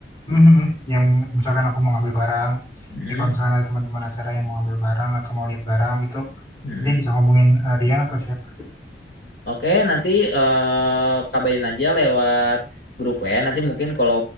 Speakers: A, on the left; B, on the left.
A: Mhm. Yang misalkan aku mau ngambil barang,
B: Hmm,
A: ya kalau misalkan ada teman-teman acara yang mau ngambil barang atau mau lihat barang gitu,
B: hmm.
A: nanti bisa ngomongin eh, Rian atau siapa.
B: Oke, nanti eh, kabarin aja lewat grup ya. Nanti mungkin kalau